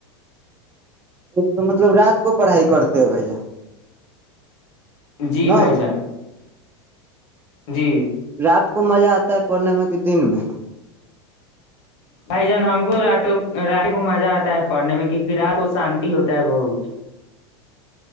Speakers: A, on the right; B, on the left.
A: وہ تو مطلب رات کو پڑھائی کرتے ہیں بھائی جان
B: جی
A: نا
B: بھائی جان جی
A: رات کو مزہ آتا ہے پڑھنے میں کہ دن میں
B: بھائی جان ہم کو رات رات کو مزہ آتا ہے پڑھنے میں کیونکہ رات کو شانتی ہوتا ہے بہت